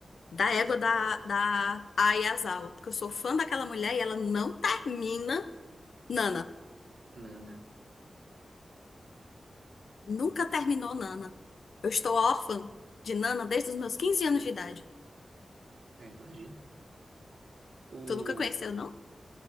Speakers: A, on the left; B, on the right.
A: da égua da, da Ayazawa, porque eu sou fã daquela mulher e ela não termina Nana.
B: Nana.
A: Nunca terminou Nana. Eu estou órfã de Nana desde os meus 15 anos de idade.
B: É, eu imagino. O
A: Tu nunca conheceu, não?